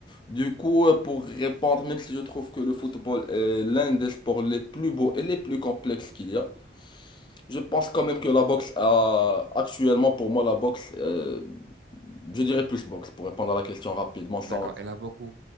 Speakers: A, on the left (about 25°); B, on the right (about 85°).
A: Du coup, euh, pour répondre, même si je trouve que le football est l'un des sports les plus beaux et les plus complexes qu'il y a, je pense quand même que la boxe a, actuellement pour moi, la boxe, euh, je dirais plus boxe pour répondre à la question rapidement sans.
B: D'accord. Elle a beaucoup.